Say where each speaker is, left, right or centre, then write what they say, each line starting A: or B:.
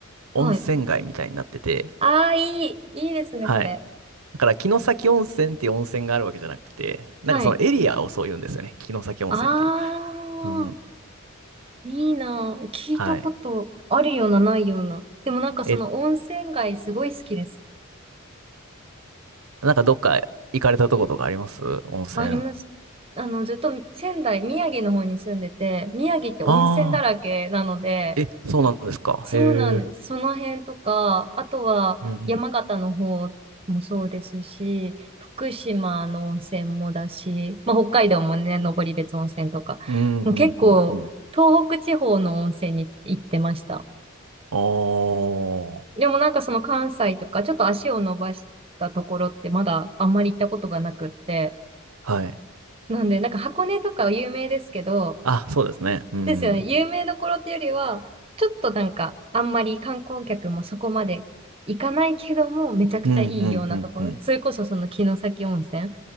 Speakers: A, on the right; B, on the right.
A: 温泉街みたいになってて、
B: はい。ああ、いい。いいですね、
A: はい。
B: それ。
A: だから、城崎温泉っていう温泉があるわけじゃなくて、なんかそのエリアをそう言うんですよね。
B: はい。
A: 城崎温泉っていう。
B: ああ、
A: うん。
B: いいな。聞いたことあるような、
A: はい。
B: ないような。でもなんかその温泉街すごい好きです。
A: え、なんかどっか行かれたとことかあります温泉。
B: あります。あの、ずっと仙台、宮城の方に住んでて、宮城って温泉だらけなので、
A: ああー。え、そうなんですか。
B: そうなんです。
A: へえ。
B: その辺とか、あとは山形の方もそうですし、
A: うんうん。
B: 福島の温泉もだし、まあ、北海道もね、登別温泉とか、
A: うんうんうんうん。
B: もう結構東北地方の温泉に行ってました。
A: おー。
B: でもなんかその関西とか、ちょっと足を伸ばしたところってまだあんまり行ったことがなくって。
A: はい。
B: なんで、なんか箱根とかは有名ですけど、
A: あ、そうですね。うん。
B: ですよね。有名どころっていうよりは、ちょっとなんか、あんまり観光客もそこまで行かないけども、めちゃくちゃいいようなところ。
A: うんうんうんうん。
B: それこそその城崎温泉、